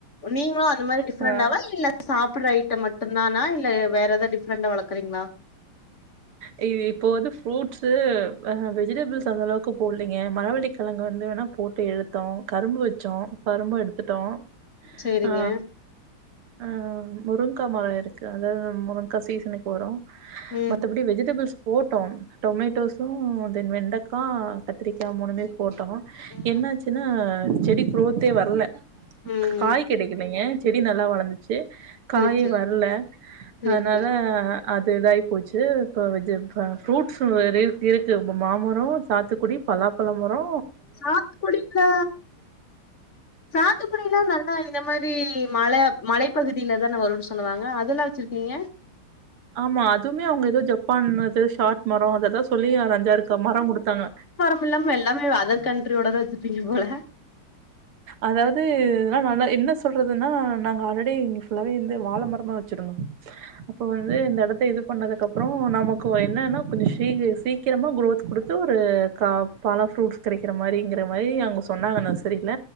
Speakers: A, on the left; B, on the right.
A: நீங்களு அது மாரி டிஃப்ரெண்டவா
B: ஆ
A: இல்ல. சாப்ட்ற ஐட்டம் மட்டு தானா இல்ல, வேற எதாவது டிஃப்ரெண்ட்டா வளக்குறீங்ளா.
B: ஆ இப்போ வந்து ஃப்ரூட்ஸ், வெஜிடபிள்ஸ் அந்த அளவுக்கு போட்லீங்க. மரவள்ளிக்கிழங்கு வந்து வேணா போட் பே எடுத்தோ கரும்பு வச்சோ கரும்பு எடுத்துட்டோ
A: சேரிங்க
B: ஆ ஆ முருங்கா மர இருக்கு அதாவது முருங்கா சீசனுக்கு வரு
A: ம்
B: மத்தபடி வெஜிடபிள்ஸ் போட்டோ டொமேட்டோஸு தென் வெண்டைக்கா கத்திரிக்கா மூணுமே போட்டோ
A: ம்
B: என்னாச்சுனா செடி குரோத்தே வரல
A: ம்
B: காய் கெடைக்கலங்க செடி நல்லா வளந்துச்சு
A: சேரி
B: காயே
A: சேரி
B: வரல
A: சேரி
B: அதனால
A: சேரி
B: இது இதாகி போச்சு, இப்போ வெஜ் ஃப்ரூட்ஸு இருக்குது, மாமர சாத்துக்குடி பலாப்பழ மரோ
A: சாத்துக்குடிக்கா சாத்துக்குடில்லா நல் ஆ இந்த மாரி மல மலைப்பகுதியில தான வருன்னு சொல்லுவாங்க. அதெல்லா வச்சிருக்கீங்க.
B: ஆமா அதுவுமே அவங்க எதோ ஜப்பான் இது ஷாட் மர அததா சொல்லி அ அஞ்சாறுருக்க மர குடுத்தாங்க.
A: ஃபுல்லாமே, எல்லாமே அதர் கண்ட்ரியோடதா வச்சிருப்பீங்க போல.
B: அதாவது இதுல்லா நல்லா என்ன சொல்றதுன்னா, நாங்க ஆல்ரெடி இங்க ஃபுல்லாவே ந்து வாழ மரமா வச் சுடு அப்ப வந்து இந்த இடத்த இது பண்ணதுக்குப்பற நமக்கு என்னனா கொஞ்சோ சீக் சீ கிரமா குரோத் குடுத்து ஒரு கா பல ஃப்ரூட்ஸ் கெடைக்கிற மாரிங்கிற மாரி அங்க சொன்னாங்க நா சரி இல்ல